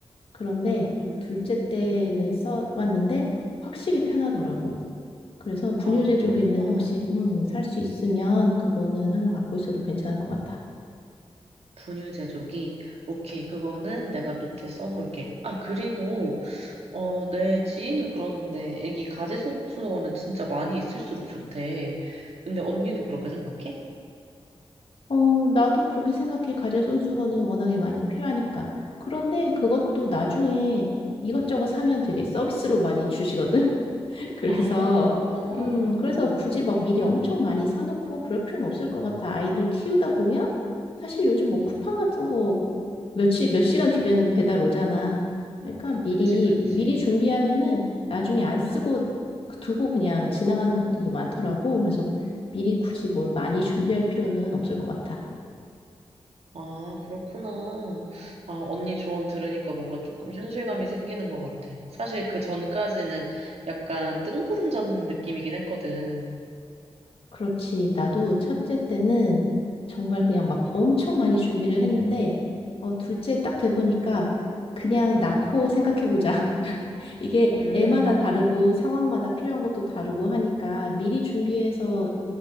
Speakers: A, on the left; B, on the right.
A: 그런데
B: 음.
A: 둘째 때는 써봤는데 확실히 편하더라고. 그래서 분유
B: 아,
A: 제조기는
B: 그렇구나.
A: 혹시 음, 살 수 있으면 그거는 하나 갖고 있어도 괜찮을 것 같아.
B: 분유 제조기. 오케이, 그거는 내가 노트에 써놓을게. 아, 그리고, 어, 내 지인이 그러는데, 애기 가지손수건은 진짜 많이 있을수록 좋대. 근데 언니도 그렇게 생각해?
A: 어, 나도 그렇게 생각해. 가재 손수건은 워낙에 많이 필요하니까. 그런데 그것도 나중에 이것저것 사면 되게 서비스로 많이 주시거든? <laughs> 그래서,
B: 아, 그렇구나.
A: 음, 그래서
B: 응.
A: 굳이 막 미리 엄청 많이 사놓고 그럴 필요는 없을 것 같아. 아이들 키우다 보면 사실 요즘 뭐 쿠팡 같은 거 며칠, 몇 시간 뒤면은 배달 오잖아. 그러니까 미리,
B: 그치, 그치.
A: 미리 준비하면은 나중에 안 쓰고 두고 그냥 지나가는 것들도 많더라고. 그래서 미리 굳이 뭘 많이 준비할 필요는 없을 것 같아.
B: 아, 그렇구나. 아, 언니 조언 들으니까 뭔가 조금 현실감이 생기는 것 같아. 사실 그 전까지는 약간 뜬구름 잡는 느낌이긴 했거든.
A: 그렇지. 나도 첫째 때는 정말 그냥 막
B: 음.
A: 엄청 많이 준비를 했는데, 어, 둘째 딱 돼보니까 그냥 낳고 생각해보자. <laughs> 이게
B: 음.
A: 애마다 다르고 상황마다 필요한 것도 다르고 하니까 미리 준비해서